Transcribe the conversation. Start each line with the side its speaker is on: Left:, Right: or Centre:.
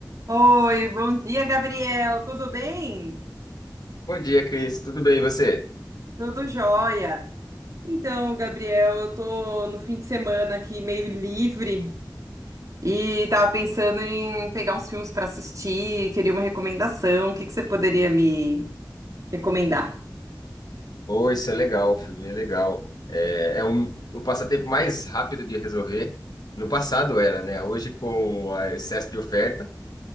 Right: Oi, bom dia, Gabriel. Tudo bem?
Left: Bom dia, Cris. Tudo bem, e você?
Right: Tudo jóia. Então, Gabriel, eu tô no fim de semana aqui meio livre e tava pensando em pegar uns filmes para assistir, queria uma recomendação. O que que você poderia me recomendar?
Left: Oi, isso é legal, o filme é legal. É, é um, o passatempo mais rápido de resolver. No passado era, né? Hoje, com o excesso de oferta,